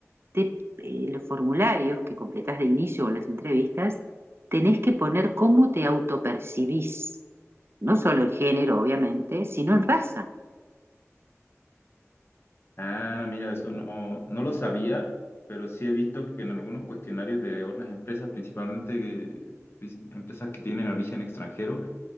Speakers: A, on the right; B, on the left.
A: te- eh, los formularios que completas de inicio o las entrevistas, tenés que poner cómo te autopercibís, no solo en género, obviamente, sino en raza.
B: Ah, mira, eso no, no lo sabía, pero sí he visto que en algunos cuestionarios de otras empresas, principalmente eh, pris- empresas que tienen origen extranjero,